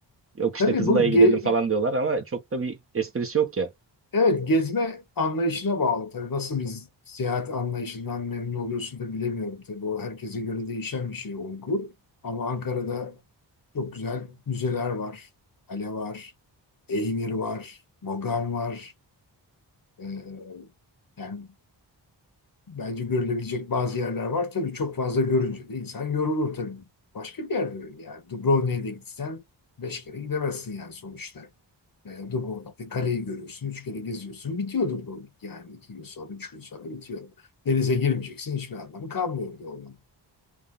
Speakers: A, on the right; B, on the left.
A: Yok işte
B: Tabii
A: Kızılay'a
B: bu
A: gidelim
B: ge-
A: falan diyorlar ama çok da bir esprisi yok ya.
B: evet gezme anlayışına bağlı. Tabii nasıl bir seyahat anlayışından memnun oluyorsun da bilemiyorum. Tabii o herkese göre değişen bir şey olgu. Ama Ankara'da Çok güzel müzeler var. Kale var. Eymir var. Mogan var. Ee, yani bence görülebilecek bazı yerler var. Tabii çok fazla görünce de insan yorulur tabii. Başka bir yerde öyle yani. Dubrovnik'e de gitsen beş kere gidemezsin yani sonuçta. E, Dubrovnik'te kaleyi görüyorsun, üç kere geziyorsun. Bitiyor Dubrovnik yani iki gün sonra, üç gün sonra bitiyor. Denize girmeyeceksin, hiçbir anlamı kalmıyor orada olmanın.